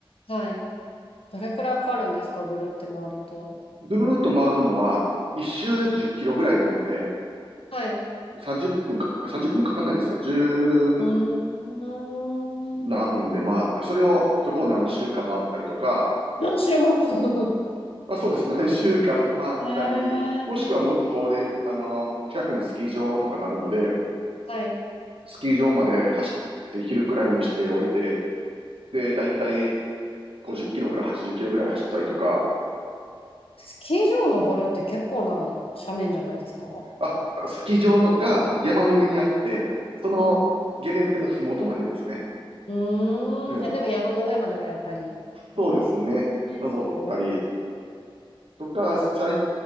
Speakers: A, on the left; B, on the right.
A: はい。どれくらいかかるんですかぐるって回ると。
B: ぐるーっと回るのは、一周10キロぐらいなので、
A: はい。う
B: 30分か、30分かかんないんですよ。10
A: ーん。
B: 何分で回って、それを、そこを何周か回ったりとか、
A: 何周も。<laughs>
B: まあ、そうです。何周か回ったり、
A: へえ。
B: もしくはもっと遠で、あの、近くにスキー場とかがあるので、
A: はい。
B: スキー場まで走って、ヒルクライムして降りて、で、だいたい50キロから80キロぐらい走ったりとか、
A: スキー場を登るって結構な斜面じゃないですか
B: あ、スキー場のが山の上にあって、そのゲレンデのふもとまでですね。
A: うん。うーん。
B: うん。
A: あ、でも山の上まではやっぱり行かれるんですね。
B: そうですね。登ったり
A: お
B: とか、最、